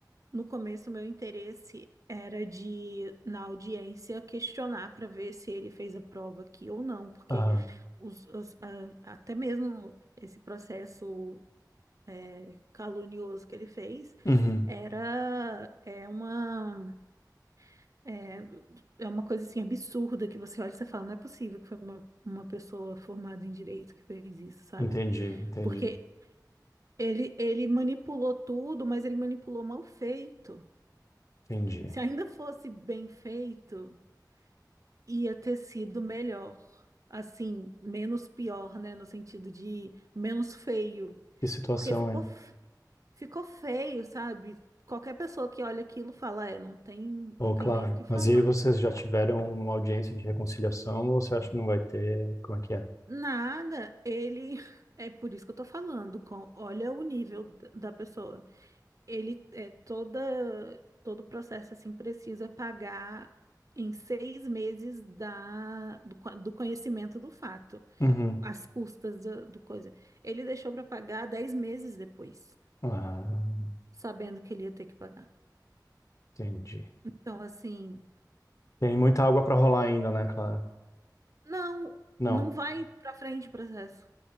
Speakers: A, on the right (about 50°); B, on the left (about 45°).
A: no começo, o meu interesse era de, na audiência, questionar para ver se ele fez a prova aqui ou não, porque
B: Aham.
A: os- os- a- até mesmo esse processo é, calunioso que ele fez
B: Uhum.
A: era é uma é, é uma coisa assim absurda que você olha e você fala, não é possível que foi uma, uma pessoa formada em direito que fez isso, sabe?
B: Entendi, entendi,
A: Porque ele, ele manipulou tudo, mas ele manipulou mal feito.
B: entendi.
A: Se ainda fosse bem feito, ia ter sido melhor. Assim, menos pior, né? No sentido de menos feio.
B: Que situação,
A: Porque ficou.
B: hein?
A: Ficou feio, sabe? Qualquer pessoa que olha aquilo fala, é, não tem,
B: Oh,
A: não tem
B: claro.
A: nem o que falar.
B: Mas e aí vocês já tiveram uma audiência de reconciliação ou você acha que não vai ter? Como é que é?
A: Nada, ele. <laughs> É por isso que eu tô falando. com- Olha o nível d- da pessoa. Ele é toda, todo o processo assim precisa pagar em seis meses da, do, co- do conhecimento do fato,
B: Uhum.
A: as custas do, do coisa. Ele deixou para pagar dez meses depois,
B: Ah,
A: sabendo que ele ia ter que pagar.
B: entendi.
A: Então, assim.
B: Tem muita água para rolar ainda, né, Clara?
A: Não,
B: Não,
A: não vai pra frente o processo.